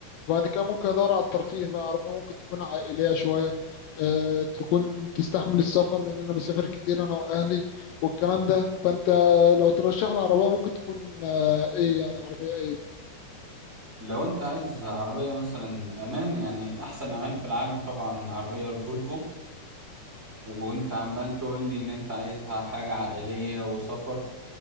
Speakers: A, on the left; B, on the right.
A: بعد كده ممكن أدور على الترفيه بقى عربية ممكن تكون عائلية شوية آه، تكون تستحمل السفر لأن أنا بسافر كتير أنا وأهلي والكلام ده فأنت لو ترشح لي عربية ممكن تكون آه، إيه يعني عربية إيه؟
B: لو انت عايز عربية مثلا امان يعني احسن امان في العالم طبعا عربية الفولفو وانت عمال تقول لي ان انت عايزها حاجة عائلية وسفر